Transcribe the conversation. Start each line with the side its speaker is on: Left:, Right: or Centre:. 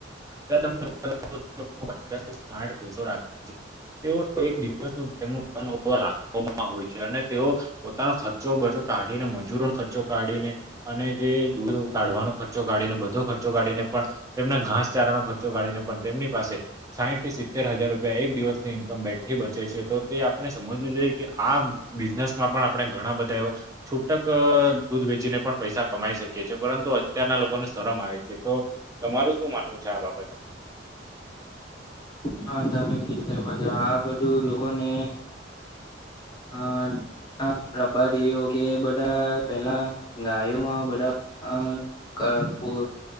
Right: તો તમે <inaudible> પચાસથી સાઠ પૈસો રાખે છે. તેઓ એક દિવસનું તેમનું <inaudible> રાખવામાં હોય છે. અને તેઓ પોતાનો ખર્ચો બધો કાઢીને, મજૂરોનો ખર્ચો કાઢીને અને જે દૂધ એવો કાઢવાનો ખર્ચો કાઢીને બધો ખર્ચો કાઢીને પણ તેમના ઘાસચારાનો ખર્ચો કાઢીને પણ તેમની પાસે સાહીઠથી સિત્તેર હજાર રૂપિયા એક દિવસની ઇન્કમ બેઠી બચે છે, તો તે આપણે સમજવું જોઈએ, કે આ બિઝનેસમાં પણ આપણે ઘણા બધા એવા છૂટક દૂધ વેચીને પણ પૈસા કમાઈ શક કીએ છે. પરંતુ અત્યારના લોકોને શરમ આવે છે. તો તમારું શું માનવું છે આ બાબતે?
Left: હા તમેં કીધું એમજ આ બધું લોકોને હહ હહ રબારીઓ કે બધા પેલા ગાયોમાં બધા અ કપૂર